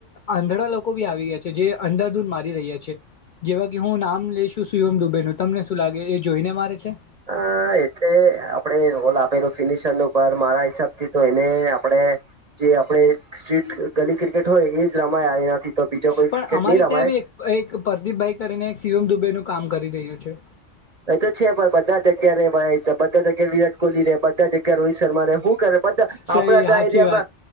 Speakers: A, on the left; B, on the right.
A: આંધલા લોકો બી આવી ગયા છે જે અંધાધૂન મારી રહ્યા છે. જેવા કે હું નામ લઈશું શિવમ દુબે નું તમને શું લાગે એ જોઈને મારે છે?
B: હા એટલે આપણે રોલ આપેલો ફિનિશરનો પર મારા હિસાબ થી તો એને આપડે જે આપડે સ્ટ્રીટ ગલી ક્રિકેટ હોય એજ રમાય એનાથી તો બીજો કોઈ
A: પણ
B: ક્રિકેટ
A: અમારે
B: ની રમાય.
A: ત્યાં બી એક એક પરદીપભાઈ કરીને એક શિવમ દુબેનું કામ કરી રહ્યો છે.
B: એ તો છે પણ બધા જગ્યા રે ભાઈ બધા જગ્યા વિરાટ કોહલી રે બધા જગ યા રોહિત શર્મા રે હું કરે બધા
A: સહી
B: આપણા
A: સાચી
B: તા એરિયામાં.
A: વાત